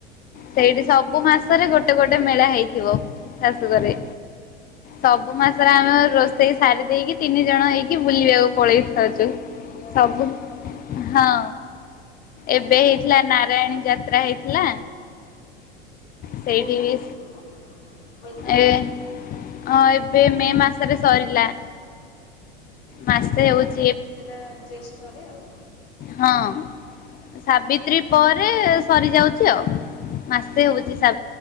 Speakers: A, on the left (about 30°); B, on the left (about 65°).
A: ସେଇଠି ସବୁ ମାସରେ ଗୋଟେ ଗୋଟେ ମେଳା ହେଇଥିବ ଶାଶୁ ଘରେ ସବୁ ମାସରେ ଆମେ ରୋଷେଇ ସାରି ଦେଇକି ତିନି ଜଣ ହେଇକି ବୁଲିବାକୁ ପଳେଇଥାଉଛୁ।
B: ବୁଲିବାକୁ
A: ସବୁ
B: ଯିବ ଆଉ।
A: ହଁ ଏବେ ହେଇଥିଲା ନାରାୟଣୀ ଯାତ୍ରା ହେଇଥିଲା। ସେଇଠି
B: କୋ ମାସରେ
A: ବି
B: ସେଇଟା ବୈଶାଖରେ।
A: ଏ ହଁ ଏବେ ମେ ମାସରେ ସରିଲା। ମାସେ ହଉଛି।
B: ସେଟା ଜ୍ୟେଷ୍ଠରେ ଆଉ।
A: ହଁ ସାବିତ୍ରୀ ପରେ ସରିଯାଉଛି ଆଉ ମାସେ ହଉଛି
B: ଓହୋ।
A: ସା